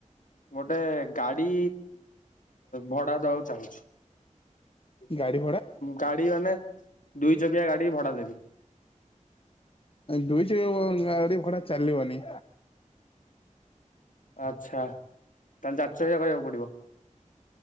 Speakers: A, on the left (about 75°); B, on the left (about 45°).
A: ଗୋଟେ ଗାଡି ଭଡା ଦବାକୁ ଚାହୁଁଚି।
B: ଗାଡି ଭଡା?
A: ଗାଡି ମାନେ ଦୁଇ ଚକିଆ ଗାଡି ଭଡା ଦେବି
B: ଦୁଇ ଚକିଆ ଗାଡି ଭଡା ଚାଲିବନି।
A: ଆଚ୍ଛା। ତାହେଲେ ଚାରି ଚକିଆ କରିବାକୁ ପଡିବ।